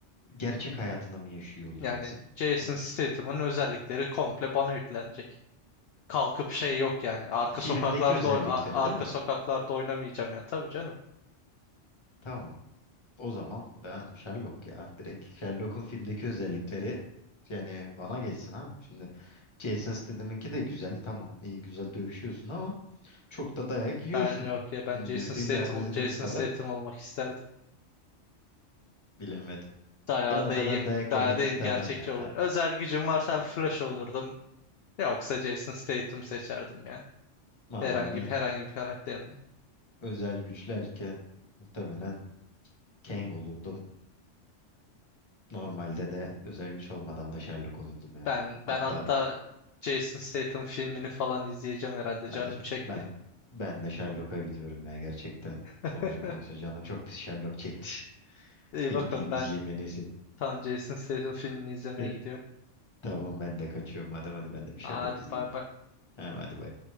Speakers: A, on the left; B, on the left.
A: gerçek hayatını mı yaşıyor olacaksın?
B: Yani Jason
A: Onu
B: Statham'ın
A: düşün.
B: özellikleri komple bana yüklenecek. Kalkıp şey yok yani. Arka
A: Filmdeki
B: sokaklarda
A: özellikleri
B: oy- a-
A: değil
B: arka
A: mi?
B: sokaklarda oynamayacağım yani. Tabii canım.
A: Tamam. O zaman ben Sherlock ya. Direkt Sherlock'un filmdeki özellikleri yani bana geçsin abi. Şimdi Jason Statham'ınki de güzel. Tamam iyi güzel dövüşüyorsun ama Çok da dayak yiyorsun.
B: Ben yok ya ben
A: Şimdi
B: Jason
A: filmlerde
B: Statham
A: izlediğimiz
B: Jason
A: kadar
B: Statham olmak isterdim.
A: bilemedim.
B: Dayağı
A: Ben o
B: da
A: kadar
B: iyiyim.
A: dayak
B: Dayağı
A: yemek
B: da iyiyim.
A: istemem
B: Gerçekçi
A: ya
B: olur.
A: ben.
B: Özel gücüm varsa Flash olurdum. Yoksa Jason Statham seçerdim ya.
A: Valla
B: Herhangi
A: ben
B: bir herhangi bir karakterin.
A: özel güçlerken muhtemelen Kang olurdum. Normalde de özel güç olmadan da Sherlock olurdum ya.
B: Ben
A: Hatta
B: ben hatta Jason Statham filmini falan izleyeceğim herhalde. Canım
A: kardeşim
B: çekti.
A: ben ben de Sherlock'a gidiyorum ya gerçekten.
B: <laughs>
A: Konuşa konuşa canım çok pis Sherlock çekti. <laughs>
B: İyi
A: Bir
B: bakın
A: gideyim
B: ben
A: izleyeyim en iyisi.
B: tam Jason Statham filmini izlemeye
A: E,
B: gidiyorum.
A: Tamam ben de kaçıyorum. Madem hadi ben de bir Sherlock
B: Hadi
A: izleyeyim.
B: bay bay.
A: Ha, hadi bay.